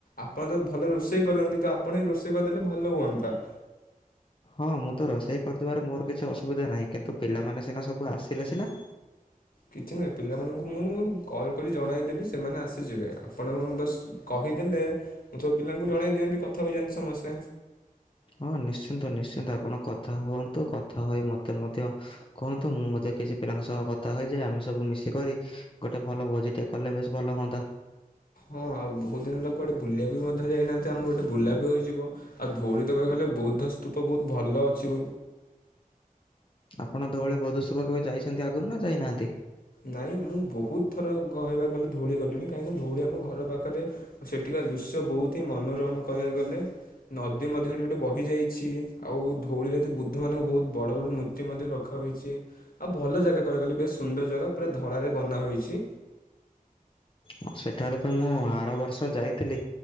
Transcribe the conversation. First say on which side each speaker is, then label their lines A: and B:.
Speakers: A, on the left (about 85°); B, on the left (about 35°).
A: ଆପଣ ତ ଭଲ ରୋଷେଇ କରନ୍ତି ତ ଆପଣ ହିଁ ରୋଷେଇ କରିଦେଲେ ଭଲ ହୁଅନ୍ତା।
B: ହଁ, ମୁଁ ତ ରୋଷେଇ କରିଦେବାର ମୋର କିଛି ଅସୁବିଧା ନାହିଁ। କିନ୍ତୁ, ପିଲାମାନେ ସିନା ସବୁ ଆସିଲେ ସିନା
A: କିଛି ନୁହେଁ ପିଲାମାନଙ୍କୁ ମୁଁ କଲ୍ କରି ଜଣାଇଦେବି ସେମାନେ ଆସିଯିବେ। ଆପଣ ବସ୍ କହିଦେଲେ, ମୁଁ ତ ପିଲାଙ୍କୁ ଜଣାଇ ଦିଅନ୍ତି କଥା ହୋଇଯାଆନ୍ତି ସମସ୍ତେ।
B: ହଁ ନିଶ୍ଚିନ୍ତ ନିଶ୍ଚିନ୍ତ, ଆପଣ କଥା ହୁଅନ୍ତୁ। କଥା ହୋଇ ମତେ ମଧ୍ୟ କୁହନ୍ତୁ। ମୁଁ ମଧ୍ୟ କିଛି ପିଲାଙ୍କ ସହ କଥା ହୁ, ଯେ ଆମେ ସବୁ ମିଶିକରି ଗୋଟେ ଭଲ ଭୋଜି ଟେ କଲେ ବେଶ ଭଲ ହୁଅନ୍ତା।
A: ହଁ, ଆଉ ବହୁତ ଦିନ ହେଲା କୁଆଡେ ବୁଲିବାକୁ ବି ମଧ୍ୟ ଯାଇନାହାନ୍ତି। ଆମର ଗୋଟେ ବୁଲା ବି ହୋଇଇଯିବ, ଆଉ ଧଉଳି ତ କହିଗଲେ ବୌଦ୍ଧ ସ୍ତୂପ ବହୁତ ଭଲ ଅଛି।
B: ଆପଣ ଧଉଳି ବଧୁସୁଖ କେବେ ଯାଇଛନ୍ତି ଆଗରୁ ନା ଯାଇନାହାନ୍ତି?
A: ନାଇଁ ମୁଁ ବହୁତ ଥର କହିବାକୁ ଗଲି ଧଉଳି ଗଲିଣି। କାହିଁକିନା ଧଉଳି ଆମ ଘର ପାଖରେ ସେଠିକା ଦୃଶ୍ୟ ବହୁତ ହିଁ ମନୋରମ କହିବାକୁ ଗଲେ। ନଦୀ ମଧ୍ୟ ସେଠି ଗୋଟେ ବହି ଯାଇଛି। ଆଉ ଧଉଳି ଯଦି ବୁଦ୍ଧ ମାନଙ୍କୁ ବହୁତ ବଡ ବଡ ମୂର୍ତ୍ତି ମଧ୍ୟ ରଖାହୋଇଛି। ଆଉ ଭଲ ଜାଗା କହିବାକୁ ଗଲେ ବେଶ ସୁନ୍ଦର ଜାଗା। ପା ଧଳାରେ ବନ୍ଧା ହୋଇଛି।
B: ହ ସେଠାରେ ତ ମୁଁ ଆର ବର୍ଷ ଯାଇଥିଲି।